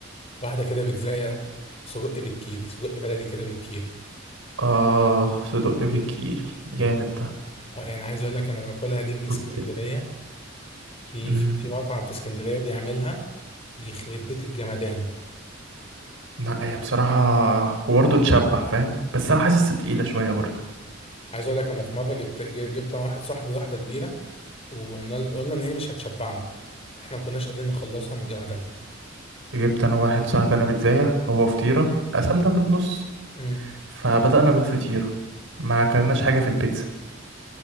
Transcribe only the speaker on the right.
آه، صدق بالكيري جامد ده
كنت
امم
لا هي بصراحه وبرضه تشبع فاهم بس انا حاسسها تقيله شويه برضه
جبت انا واحد صاحبي انا بيتزاية هو فطيرة قسمنا بالنص
فبدأنا بالفطيرة ما اكلناش حاجة في البيتزا